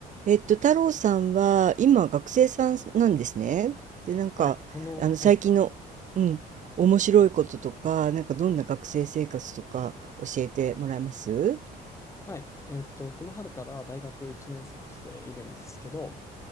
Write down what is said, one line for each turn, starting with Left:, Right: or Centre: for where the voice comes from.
Right: えっと、太郎さんは今学生さんなんですね。で、なんか、
Left: はい、この、
Right: あの、
Left: はい、
Right: 最近の、うん、面白いこととか、なんかどんな学生生活とか教えてもらえます
Left: はい、えっと、この春から大学1年生をしているんですけど、